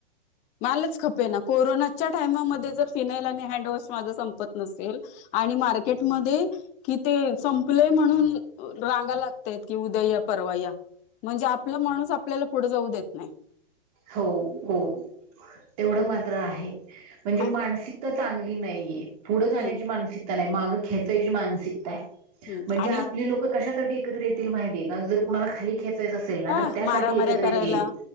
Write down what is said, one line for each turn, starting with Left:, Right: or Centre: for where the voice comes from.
Left: <inaudible> मलाच खपे ना कोरोनाच्या टायमामध्ये जर फिनाईल आणि हँडवॉश माझ संपत नसेल आणि मार्केटमध्ये कि ते संपलेय म्हणून रांगा लागतय कि उद्याण म्हणजे आपल माणूस आपल्याला पुढे जाऊ देत नाही. <inaudible>
Right: <inaudible> हो हो तेवढं मात्र आहे म्हणजे
Left: हा
Right: मानसिकता चांगली नाहीये पुढं
Left: हम्म
Right: जाण्याची मानसिक, माग ख्याचायची मानसिकता आहे
Left: हम्म
Right: म्हणजे
Left: आणि
Right: आपली लोक कशासाठी, एकत्र ये माहिती का जर कुणाला खाली खेचायचं असेल ना
Left: हा
Right: तर त्यासाठी
Left: मारामाऱ्या
Right: एकत्र
Left: करायला
Right: येतील.